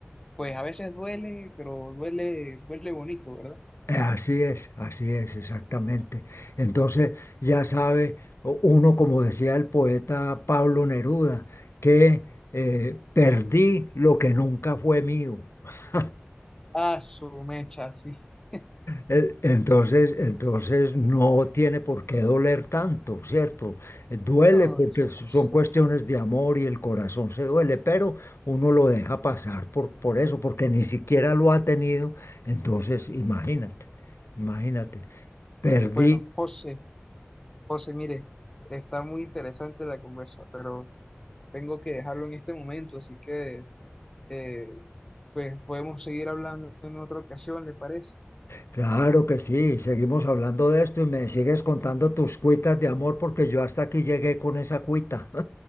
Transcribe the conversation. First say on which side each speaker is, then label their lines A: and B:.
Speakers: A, on the left; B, on the left.
A: pues a veces duele, pero duele, duele bonito, ¿verdad?
B: Eh, Así es, así es, exactamente. Entonces, ya sabe o- uno, como decía el poeta Pablo Neruda, que eh, perdí lo que nunca fue mío. <laughs>
A: Ah, su mecha, sí. <laughs>
B: Eh, Entonces, entonces no tiene por qué doler tanto, ¿cierto? Eh, Duele
A: No,
B: porque
A: exacto.
B: son cuestiones de amor y el corazón se duele, pero uno lo deja pasar por, por eso, porque ni siquiera lo ha tenido. Entonces, imagínate, imagínate. Perdí
A: Bueno, José, José, mire, está muy interesante la conversa, pero tengo que dejarlo en este momento, así que eh, pues podemos seguir hablando en otra ocasión, ¿le parece?
B: Claro que sí, seguimos hablando de esto y me sigues contando tus cuitas de amor porque yo hasta aquí llegué con esa cuita.